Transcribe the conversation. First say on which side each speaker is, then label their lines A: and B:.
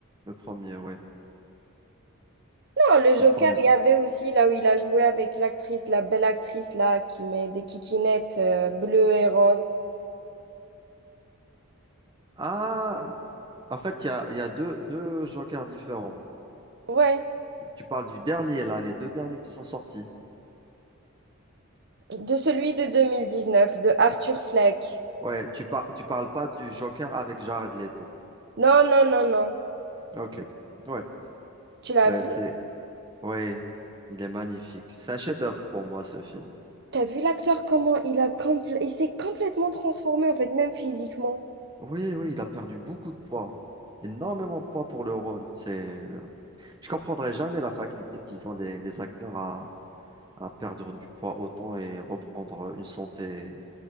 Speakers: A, on the right; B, on the right.
A: Le premier, oui.
B: Non, le Joker,
A: Le premier.
B: il y avait aussi là où il a joué avec l'actrice, la belle actrice là, qui met des kikinettes euh, bleues et roses.
A: Ah, en fait, il y a, il y a deux, deux jokers différents.
B: Ouais,
A: Tu parles du dernier, là, les deux derniers qui sont sortis.
B: de celui de 2019, de Arthur Fleck.
A: Ouais, tu par, tu parles pas du joker avec Jared Leto.
B: Non, non, non, non.
A: Ok. Ouais.
B: Tu l'as
A: Ouais,
B: vu?
A: c'est, ouais, il est magnifique. C'est un chef-d'œuvre pour moi, ce film.
B: T'as vu l'acteur comment il a compl- il s'est complètement transformé en fait, même physiquement.
A: Oui, oui, il a perdu beaucoup de poids. Énormément de poids pour le rôle. C'est, Je comprendrai jamais la faculté qu'ils ont les, les acteurs à, à perdre du poids autant et reprendre une santé